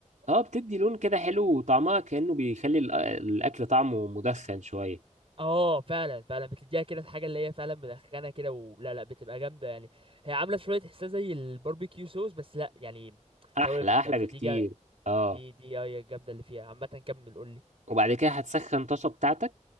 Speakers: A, on the right (about 70°); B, on the right (about 45°).
A: اه بتدي لون كده حلو وطعمها كأنه بيخلي الأ- الاكل طعمه مدخن شويه
B: اه فعلا فعلا بتديها كده الحاجه اللي هي فعلا مدخنه كده ولا لا بتبقى جامده يعني هي عامله شويه تحسها زي الباربيكيو صوص بس لا يعني
A: احلى
B: توابل ف...
A: احلى
B: فدي
A: بكتير
B: جا...
A: اه
B: دي دي هي الجامده اللي فيها عامه كمل قول لي
A: وبعد كده هتسخن طاسه بتاعتك